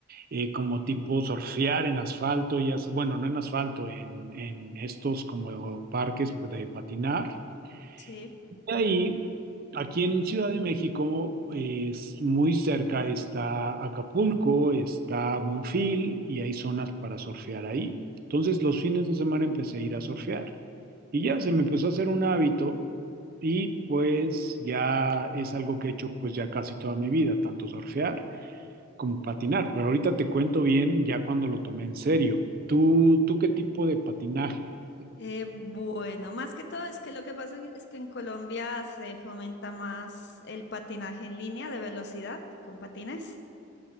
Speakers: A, on the right; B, on the left.
A: eh, como tipo surfear en asfalto, ya, sa- bueno, no en asfalto, en, en estos como parques pues, de patinar.
B: Sí.
A: De ahí, aquí en Ciudad de México, es muy cerca está Acapulco, está Monfil y hay zonas para surfear ahí. Entonces los fines de semana empecé a ir a surfear y ya se me empezó a hacer un hábito y pues ya es algo que he hecho pues ya casi toda mi vida, tanto surfear como patinar. Pero ahorita te cuento bien ya cuando lo tomé en serio. ¿Tú, tú qué tipo de patinaje?
B: Eh, bueno, más que todo es que lo que pasa es que en Colombia se fomenta más el patinaje en línea de velocidad con patines.